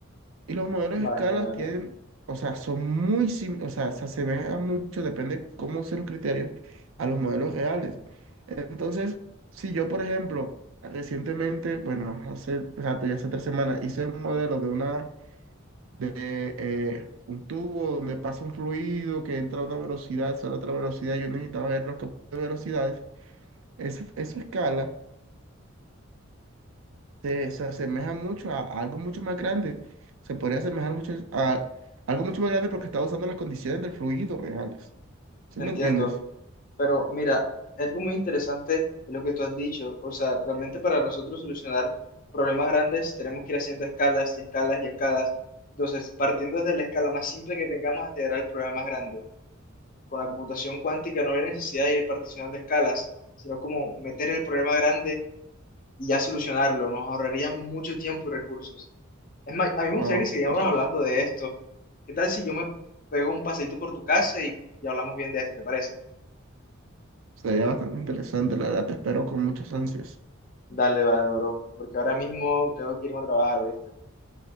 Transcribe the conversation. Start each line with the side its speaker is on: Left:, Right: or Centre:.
Right: Y los modelos
Left: Vale,
Right: de escalas
Left: vale,
Right: tienen, o sea, son muy, sim- o sea, se asemejan mucho, depende cómo usen los criterios, a los modelos reales. Entonces, si yo, por ejemplo, recientemente, bueno, hace rato, ya hace tres semanas, hice un modelo de una, de eh, un tubo donde pasa un fluido que entra a una velocidad, sale a otra velocidad, yo necesitaba ver los campos de velocidades. Esa, esa escala se, se asemeja mucho a, a algo mucho más grande. Se podría asemejar mucho a algo mucho más grande porque está usando las condiciones del fluido reales. ¿Sí
Left: entiendo.
Right: me entiendes?
Left: Pero mira, algo muy interesante es lo que tú has dicho. O sea, realmente para nosotros solucionar problemas grandes tenemos que ir haciendo escalas y escalas y escalas. Entonces, partiendo desde la escala más simple que tengamos hasta llegar al problema más grande. Con la computación cuántica no hay necesidad de ir particionando escalas, sino como meter el problema grande y ya solucionarlo. Nos ahorraría mucho tiempo y recursos. Es más, a mí me gustaría
Right: Wow,
Left: que siguiéramos
Right: eso
Left: hablando
Right: es-
Left: de esto. ¿Qué tal si yo me pego un paseíto por tu casa y, y hablamos bien de esto? ¿Te parece?
Right: sería bastante interesante, la verdad. Te espero con muchas ansias.
Left: Dale, vale, bro, porque ahora mismo tengo que irme a trabajar, ¿oíste?